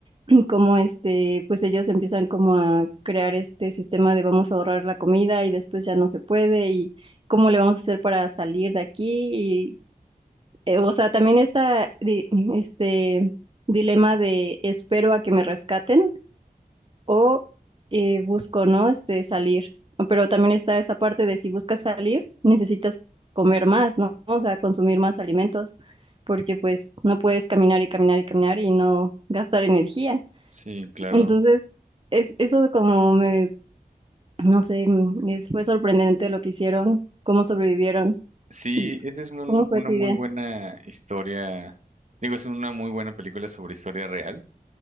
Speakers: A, on the right; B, on the right.
A: <clears throat> cómo este, pues ellos empiezan como a crear este sistema de vamos a ahorrar la comida y después ya no se puede y cómo le vamos a hacer para salir de aquí eh, o sea, también está di- este dilema de espero a que me rescaten o eh, busco, ¿no? Este salir. Pero también está esta parte de si buscas salir, necesitas comer más, ¿no? O sea, consumir más alimentos, porque pues no puedes caminar y caminar y caminar y no gastar energía.
B: sí, claro.
A: Entonces, es, eso como me, no sé, mm, es- fue sorprendente lo que hicieron, cómo sobrevivieron.
B: Sí,
A: y
B: esa es un-
A: ¿Cómo fue
B: una
A: tu
B: muy
A: idea?
B: buena historia. Digo, es una muy buena película sobre historia real,